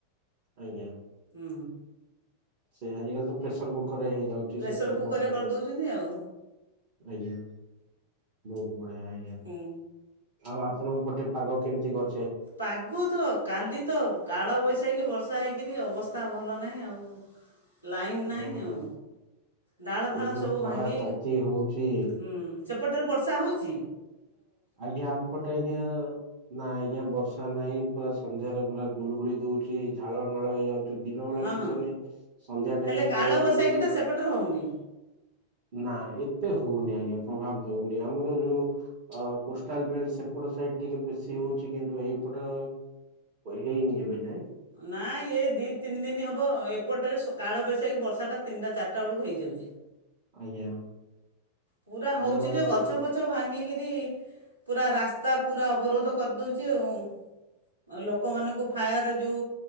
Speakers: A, on the right (about 45°); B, on the right (about 80°).
A: ଆଜ୍ଞା।
B: ହୁଁ।
A: ସେ ଆଜିକାଲିକା ତ ପ୍ରେସର୍ କୁକ୍ ହେଇଯାଉଛି
B: ପ୍ରେସର
A: ସେଥିରେ
B: କୁକରରେ
A: କରୁଛନ୍ତି
B: କରିଦେଉଛନ୍ତି ଆଉ
A: ଆଜ୍ଞା ବହୁତ୍ ବଢ଼ିଆ ଆଜ୍ଞା
B: ହୁଁ
A: ଆଉ ଆପଣ ପଟେ ପାଗ କେମତି କ
B: ପାଗ ତ କାଲି ତ କାଳ ବୈଶାଖୀ ବର୍ଷା ହେଇକିରି ଅବ - ସ୍ଥା ଭଲ ନାହିଁ ଆଉ ଲାଇନ୍ ନାହିଁ
A: ଓହୋ
B: ଆଉ ଡାଳ ଫାଳ
A: ଏଇ ଯୋଉ
B: ସବୁ
A: ଖରା
B: ଭାଙ୍ଗି
A: ତାତି ହଉଛି
B: ହୁଁ ସେପଟରେ ବର୍ଷା ହେଉଚି
A: ଆଜ୍ଞା ଆମପଟେ ଆଜ୍ଞା ନାଇଁ ଆଜ୍ଞା ବର୍ଷା ନାଇଁ ପୁରା ସନ୍ଧ୍ୟାରେ ପୁରା ଗୁଳିୁ ଗୁଳି ଦଉଛି ଝାଳ ନାଳ ହେଇଯାଉ ଚି ଦିନ ବଳା
B: ହଁ
A: କିଛି
B: ହଁ
A: ନାଇଁ ସନ୍ଧ୍ୟା ଟାଇମ
B: ହେଲେ କାଳବୈଶାଖୀଟା
A: ରେ ଗୁଳୁଗୁଳି ଦଉଚି
B: ସେପଟରେ ହେଉନି
A: ନା ଏତେ ହଉନି ଆଜ୍ଞା ପ୍ରଭାବ ଦଉନି ଆମର ଯୋଉ ଅ କୋଷ୍ଟାଲ ବେଲଟ ସେପଟ ସାଇଟ ଟିକେ ବେଶୀ ହଉଛି କିନ୍ତୁ ଏଇପଟ ହେଇନି ଏବେ ଯାଏଁ
B: ନା ଇଏ ଦି ତିନି ଦିନ ହବ ଏପଟରେ କାଳ ବୈଶାଖୀ ବର୍ଷା ଟା ତିନିଟା ଚାରିଟା ବେଳକୁ ହେଇଯାଉଛି
A: ଆଜ୍ଞା
B: ପୁରା ହଉଛିି
A: ଆମ
B: ଯେ
A: ଏତ
B: ଗଛ ପଛ ଭାଙ୍ଗିକି କିରି ପୁରା ରାସ୍ତା ପୁରା ଅବରୋଧ କରିଦଉଛି ଆଉ ଲୋକମାନଙ୍କୁ ଫାୟାର ଯଉ